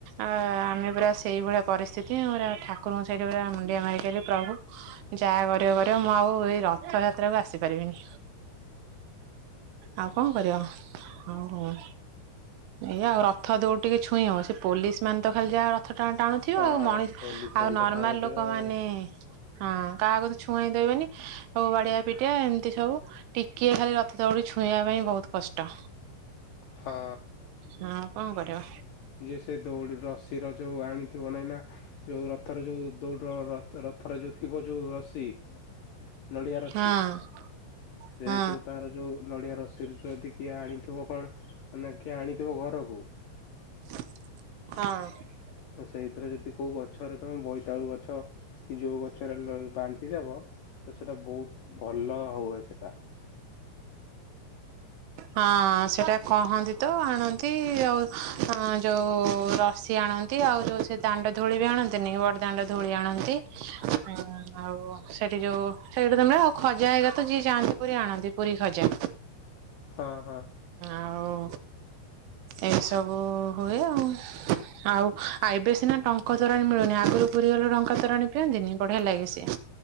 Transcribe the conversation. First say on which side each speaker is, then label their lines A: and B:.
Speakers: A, on the right; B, on the left.
A: ଆଉ ଆମେ ପୁରା ସେଇଭଳିଆ ପରିସ୍ଥିତି ପୁରା ଠାକୁରଙ୍କୁ ସେଇଠି ପୁରା ମୁଣ୍ଡିଆ ମାରିକି ପ୍ରଭୁ ଯାହା କରିବ କରିବ ମୁଁ ଆଉ ଏଇ ରଥଯାତ୍ରାକୁ ଆସିପାରିବିନି। ଆଉ କଣ କରିବ ଆଉ ହୁଁ। ଏଇ ଆଉ ରଥ ଦଉଡି ଟିକେ ଛୁଇଁ ହବ ସେ ପୋଲିସ ମାନେ ତ ଖାଲି ଯାହା ରଥ ଟା ଟାଣୁଥିବେ
B: ହଁ
A: ଆଉ। ମଣିଷ
B: ପୋଲିସ
A: ଆଉ
B: ମାନେ
A: ନର୍ମାଲ
B: ତ ଟାଣୁଥିବେ
A: ଲୋକ
B: ଆଉ
A: ମାନେ ହଁ କାହାକୁ ତ ଛୁଆଁଇ ଦେବେନି ସବୁ ବାଡିଆ ପିଟା ଏମତି ସବୁ ଟି କିଏ ଖାଲି ରଥ ଦଉଡ଼ି ଛୁଇଁଆ ପାଇଁ ବହୁତ କଷ୍ଟ।
B: ହଁ।
A: ହଁ କଣ କରିବ?
B: ଯିଏ ସେ ଦଉଡି ରଶିର ଯୋଉ ଆଣିଥିବ ନାଇଁ ନା ଯୋଉ ରଥର ଯୋଉ ଦୌଡ଼ିର ର-ର-ରଥରେ ଯୋଉ ଥିବ ଯୋଉ ରଶି ନଡିଆ ରଶି
A: ହଁ
B: ସେ
A: ହଁ
B: ଯୋଉ ତାର ଯୋଉ ନଡିଆ ରଶ <unintelligible> ଯଦି କିଏ ଆଣିଥିବ କଣ ମାନେ କିଏ ଆଣିଥିବ ଘରକୁ
A: ହଁ।
B: ଆଉ ସେଇଥିରେ ଯଦି କୋଉ ଗଛରେ ତମେ ବୋଇତିଆଳୁ ଗ ଛ କି ଯୋଉ ଗଛରେ ହେଲେ ବାନ୍ଧି ଦବ ତ ସେଇଟା ବହୁତ ଭଲ ହୁଏ ସେଇଟା।
A: ହଁ ସେଇଟା କହନ୍ତି ତ ଆଣନ୍ତି ଆଉ ଅଁ ଯୋଉ ରଶି ଆ ଆଣନ୍ତି ଆଉ ଯୋଉ ସେ ଦାଣ୍ଡ ଧୂଳି ବି ଆଣନ୍ତିନି ବଡ ଦାଣ୍ଡ ଧୂଳି ଆଣନ୍ତି। ଉଁ ଆଉ ସେଠି ଯୋଉ ସେଇଠୁ ତମେ ଆଉ ଖଜା ହେଇଗା ତ ଯିଏ ଯାଆନ୍ତି ପୁରୀ ଆଣନ୍ତି ପୁରୀ ଖଜା।
B: ହଁ ହଁ।
A: ଆଉ ଏସବୁ ହୁଏ ଆଉ। ଆଉ ଆଉ ଏବେ ସିନା ଟଙ୍କ ତୋରାଣି ମିଳୁନି ଆଗରୁ ପୁରୀ ଗଲେ ଟଙ୍କ ତୋରାଣି ପିଅନ୍ତିନି ବଢିଆ ଲାଗି ସିଏ।